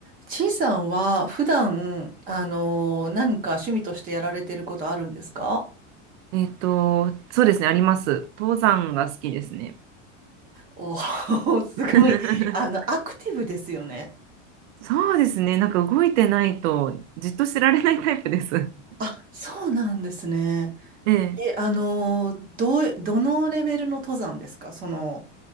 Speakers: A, on the right; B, on the right.
A: ちいさんは普段、あのー何か趣味としてやられてることあるんですか
B: えっと、そうですね、あります。登山が好きですね。
A: おー <laughs>、すごい。
B: <laughs>
A: あの、アクティブですよね。
B: そうですね、なんか動いてないとじっとしてられないタイプです。<laughs>
A: あ、そうなんですね。
B: ええ。
A: え、あのーどう、どのレベルの登山ですかその、